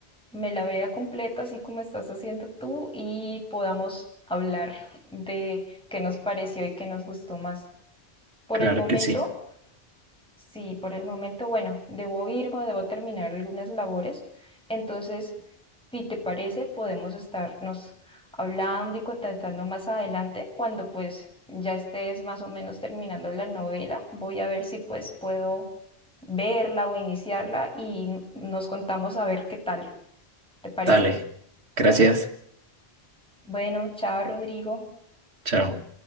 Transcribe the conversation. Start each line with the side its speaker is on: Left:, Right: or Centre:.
Centre: me la vea completa, así como estás haciendo tú, y podamos hablar de qué nos pareció y qué nos gustó más. Por
Right: Claro
Centre: el momento,
Right: que sí.
Centre: Sí, por el momento, bueno, debo irme, debo terminar algunas labores. Entonces, si te parece, podemos estarnos hablando y contactando más adelante cuando pues ya estés más o menos terminando la novela. Voy a ver si pues puedo verla o iniciarla y nos contamos a ver qué tal. ¿Te parece?
Right: Dale. Gracias.
Centre: Bueno, chao, Rodrigo.
Right: Chao.